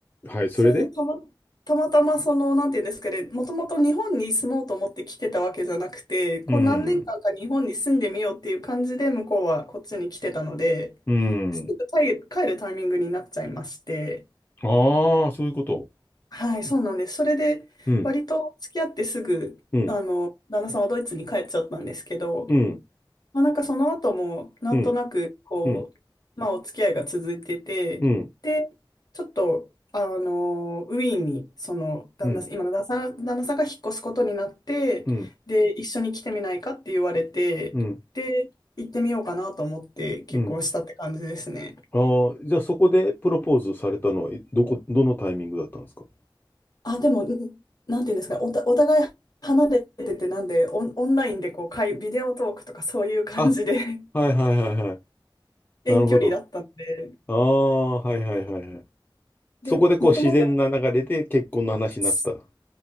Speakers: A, on the left (about 25°); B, on the left (about 50°).
A: はい、それで
B: それでたま、たまたまその、なんていうんですかね、もともと日本に住もうと思って来てたわけじゃなくて、こう何年間か日本に住んでみようっていう感じで、
A: うん。
B: 向こうはこっちに来てたので、
A: うん。
B: すぐ帰る、帰るタイミングになっちゃいまして、
A: ああ、そういうこと。
B: はい、そうなんです。それで、
A: うん、
B: 割と付き合ってすぐ、
A: うん、
B: あの、旦那さんはドイツに帰っちゃったんですけど、
A: うん、
B: まあ、なんかその後も、なんとなく、
A: うん、
B: こう、
A: うん、
B: まあ、お付き合いが続いてて、
A: うん、
B: で、ちょっと、あの、ウィーンに、その、旦那さん、
A: うん、
B: 今の旦那さん、旦那さんが引っ越すことになって、
A: うん、
B: で、一緒に来てみないかって言われて、
A: うん、
B: で、行ってみようかなと思って結婚したって感じですね。
A: うん。ああ、じゃあそこでプロポーズされたのは、えどこ、どのタイミングだったんですか
B: あ、でも、んなんていうんですか、おた、お互い離れてて、なんで、オン、オンラインでこう、会、ビデオトークとかそういう感じで
A: あ、
B: <laughs>
A: はいはいはいはい。
B: 遠距離だったんで、
A: なるほど。ああ、はいはいはいはい。
B: で、
A: そこでこう自然な流れで結婚の話になった。
B: もともと、そ